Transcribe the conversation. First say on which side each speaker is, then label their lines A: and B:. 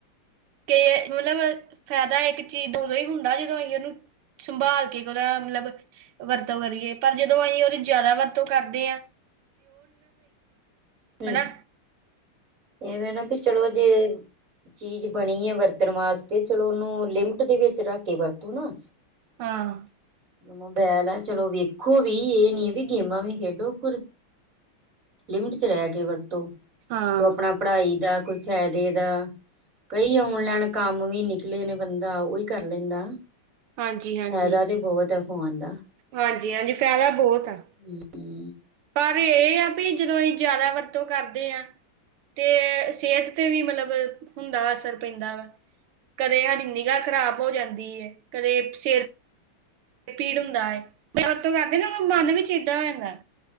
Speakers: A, on the right; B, on the right.
A: ਕੇ ਮਤਲਬ, ਫਾਇਦਾ ਇੱਕ ਚੀਜ਼ ਓਦੋਂ ਹੀ ਹੁੰਦਾ ਜਦੋ ਇਹਨੂੰ ਸੰਭਾਲ ਕੇ ਉਦਾ ਮਤਲਬ ਵਰਤੋਂ ਕਰੀਏ, ਪਰ ਜਦੋਂ ਅਹੀਂ ਓਹਦੀ ਜੈਦਾ ਵਰਤੋਂ ਕਰਦੇ ਆਂ
B: ਹੂੰ,
A: ਹਨਾ
B: ਏ ਵੇਂ ਨਾ ਬਈ ਚਲੋ ਜੇ ਚੀਜ਼ ਬਣੀ ਐ ਵਰਤਣ ਵਾਸਤੇ ਚਲੋ ਉਨੂੰ ਲਿਮਟ ਦੇ ਵਿੱਚ ਰੱਖ ਕੇ ਵਰਤੋ ਨਾ।
A: ਹਾਂ।
B: ਮੋਬੈਲ ਐ ਚਲੋ ਵੇਖੋ ਵੀ ਏ ਨੀ ਬੀ ਗੇਮਾਂ ਵੀ ਖੇਡੋ ਪਰ ਲਿਮਿਟ ਚ ਰੈ ਕੇ ਵਰਤੋ
A: ਹਾਂ,
B: ਕੋਈ ਅਪਣਾ-ਅਪਣਾ ਪੜ੍ਹਾਈ ਦਾ ਕੋਈ ਫੈਦੇ ਦਾ। ਕਈ ਔਣ ਲੈਣ ਕੰਮ ਵੀ ਨਿਕਲੇ ਨੇ ਬੰਦਾ ਓਈ ਕਰ ਲੈਂਦਾ।
A: ਹਾਂਜੀ-ਹਾਂਜੀ।
B: ਫੈਦਾ ਤੇ ਬੋਤ ਐ ਫੋਨ ਦਾ।
A: ਹਾਂਜੀ-ਹਾਂਜੀ, ਫੈਦਾ ਬੌਤ ਐ।
B: ਹੂੰ-ਹੂੰ।
A: ਪਰ ਏ ਆ ਪੀ ਜਦੋਂ ਏ ਜੈਦਾ ਵਰਤੋਂ ਕਰਦੇ ਆਂ। ਤੇ ਸੇਤ ਤੇ ਵੀ ਮਤਲਬ ਹੁੰਦਾ ਅਸਰ ਪੈਂਦਾ ਵਾ। ਕਦੇ ਸਾਡੀ ਨਿਗਾਹ ਖ਼ਰਾਬ ਹੋ ਜਾਂਦੀ ਏ, ਕਦੇ ਸਿਰ ਪੀੜ ਹੁੰਦਾ ਏ, ਜੋ ਵਰਤੋਂ ਕਰਦੇ ਨਾ ਓਨਾ ਮਨ ਵਿੱਚ ਏਦਾਂ ਰੈੰਦੈ।